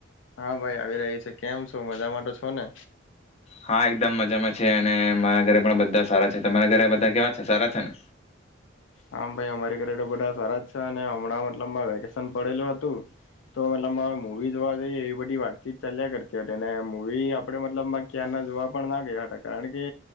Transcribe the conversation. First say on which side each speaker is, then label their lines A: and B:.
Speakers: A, on the left (about 70°); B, on the left (about 35°).
A: હા ભાઈ આવી રહી છે, કેમ છો મજા માટે છો ને?
B: હા એકદમ મજામાં છે, અને મારા ઘરે પણ બધા સારા છે, તમારા ઘરે બધા કેવા છે સારા છે ને?
A: હમ ભાઈ અમારી ઘરે તો બધા સારા જ છે અને હમણાં મતલબ વેકેશન પડેલું હતું, તો મતલબ મા મુવી જોવા જઈએ એવી બધી વાત. ચાલ્યા કરતી હતી ને મૂવી આપણેે મતલબમાં ક્યાર ના જોવા પણ ના ગયા, હતા કારણ કે